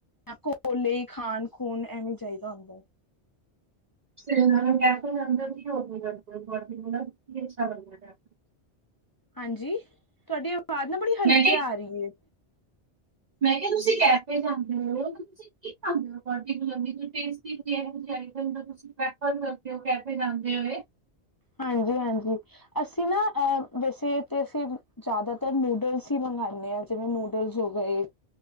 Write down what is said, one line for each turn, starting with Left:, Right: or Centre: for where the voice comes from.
Left: ਕੋਲੇ ਖਾਣ ਖੂਨ ਐਵੇਂ ਚਾਹੀਦਾ ਹੁੰਦਾ ਐ।
Right: ਸ਼੍ਰੀਨਗਰ ਕੈਫੇ ਅੰਦਰ ਕੀ ਹੋਵੇਲ ਕੀ ਅੱਛਾ ਬਣਦਾ।
Left: ਹਾਂਜੀ ਤੁਹਾਡੀ ਆਵਾਜ਼ ਨਾ ਬੜੀ ਹਲਕੀ
Right: ਮੈਂ ਕਿਹਾ
Left: ਆ ਰੀ ਐ।
Right: ਮੈਂ ਕਿਹਾ ਤੁਸੀਂ ਕੈਫੇ ਜਾਂਦੇ ਔ, ਠੀਕ ਆ ਪਾਟੀ ਵੀ ਹੋ ਜਾਂਦੀ, ਟੈਸਟੀ ਵੀ <unintelligible> ਤੁਸੀਂ ਪ੍ਰੈਫਰ ਕਰਦੇ ਔ ਕੈਫੇ ਜਾਂਦੇ ਹੋਏ।
Left: ਹਾਂਜੀ-ਹਾਂਜੀ, ਅਸੀਂ ਨਾ ਅਹ ਵੈਸੇ ਤੇ ਅਸੀਂ ਜ਼ਿਆਦਾਤਰ ਨੂਡਲਸ ਈ ਮੰਗਵਾਦੇ ਆਾਂ ਜਿਵੇਂ ਨੂਡਲਸ ਹੋ ਗਏ।